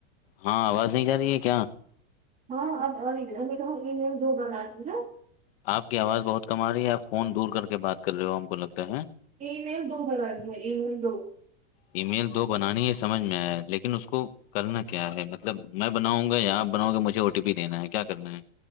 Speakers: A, on the left; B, on the right.
A: ہاں آواز نہیں جا رہی ہے کیا
B: ہاں آپ تو جو بنااتتی نا
A: آپ کی آواز بہت کم آ رہی ہے آپ فون دور کر کے بات کر رہے ہو ہم کو لگتا ہے
B: ای میل دو کرائس ہیں ای مل دو
A: ای میل دو بنانی یہ سمجھ میں آئے لیکن اس کو کرنا کیا ہے مطلب میں بناؤں گا یا آپ بناؤ گے مجھے او ٹی پی دینا ہے کیا کرنا ہے